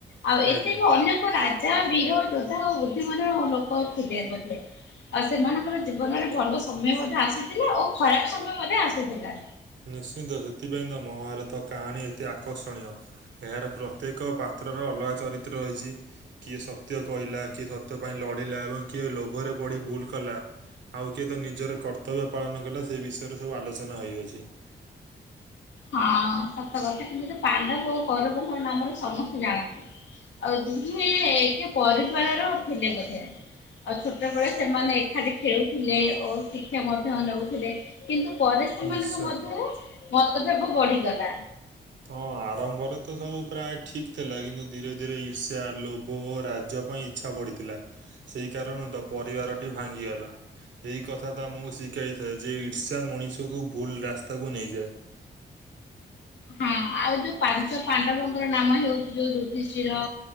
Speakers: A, on the left; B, on the right.
A: ଆଉ ଏତିକି
B: ଆଜ୍ଞା।
A: ଅନେକ ରାଜା ବୀର ଯୋଦ୍ଧା ଆ ବୁଦ୍ଧି ମର ଲୋକ ଥିଲେ ବୋଧେ। ଆଉ ସେମାନଙ୍କର ଜୀବନରେ ଭଲ ସମୟ ମଧ୍ୟ ଆସିଥିଲା ଓ ଖରାପ ସମୟ ମଧ୍ୟ ଆସିଥିଲା।
B: ନିଶ୍ଚିନ୍ତ ହେଥିପାଇଁ ମହାଭାରତ କାହାଣୀ ଏତେ ଆକର୍ଷଣୀୟ। ଏହାର ପ୍ରତ୍ୟେକ ପାତ୍ରର ଅଲଗା ଚରିତ୍ର ହୋଇଛି। କିଏ ସତ୍ୟ କହିଲା କିଏ ସତ୍ୟ ପାଇଁ ଲଢ଼ିଲା ଏବଂ କିଏ ଲୋଭରେ ପଢ଼ି ଭୁଲ କଲା। ଆଉ କିଏ ତ ନିଜର କର୍ତ୍ତବ୍ୟ ପାଳନ କଲା ସେ ବିଷୟରେ ସବୁ ଆଲୋଚନା ହୋଇଅଛି।
A: ହଁ ସତ କଥା କିନ୍ତୁ ପାଣ୍ଡବ କୈରବ ନାମରେ ସମସ୍ତେ ଜାଣନ୍ତି। ଆଉ ଦୁହେ ଏକ ପରିବାରର ଥିଲେ ବୋଧେ। ଆଉ ଛୋଟବେେଳେ ସେମାନେ ଏକାଠି ଖେଳୁଥିଲେ ଓ ଶିକ୍ଷା ମଧ୍ୟ ନେଉଥିଲେ। କିନ୍ତୁ ପରେ ସେମାନଙ୍କ
B: ନିଶ୍ଚୟ।
A: ମଧ୍ୟରେ ମତଭେବ ବଢିଗଲା।
B: ହଁ ଆରମ୍ଭରେ ତ ସବୁ ପ୍ରାୟ ଠିକ ଥିଲା କିନ୍ତୁ ଧୀରେ ଧୀରେ ଇର୍ଷା ଲୋଭ ରାଜ୍ୟ ପାଇଁ ଇଚ୍ଛା ବଢିଥିଲା ସେଇ କାରଣରୁ ତ ପରିବାରଟି ଭାଙ୍ଗିଗଲା। ଏହିଇ କଥା ତ ଆମକୁ ଶିଖାଇଥାଏ ଯେ ଇର୍ଷା ମଣିଷକୁ ଭୁଲ ରାସ୍ତାକୁ ନେଇଯାଏ।
A: ହଁ ଆଉ ଯୋଉ ପାଞ୍ଚ ପାଣ୍ଡବଙ୍କର ନାମ ହଉଛି ଯୋଉ ଯୁଧିଷ୍ଟିର